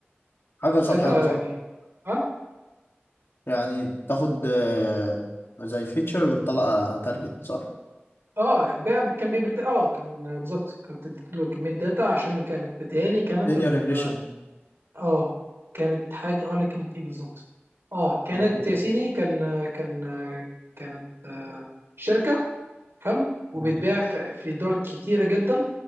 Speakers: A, on the left; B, on the right.
A: حاجه قصاد
B: كداتا
A: حاجه صح
B: يعني اه
A: يعني بتاخد آه، زي فيتشر وتطلع تارجت صح؟
B: اه بقى كان بيبرد اه كان بالظبط كنت له كميه داتا عشان كانت بتهيألي كانت
A: linear
B: ال
A: regression
B: اه كانت حاجه اه لا كانت ايه بالظبط اه كانت
A: بسيطة
B: يا سيدي كان كان كانت آه، شركه حلو وبيتباع
A: مم.
B: في في دول كتيره جدا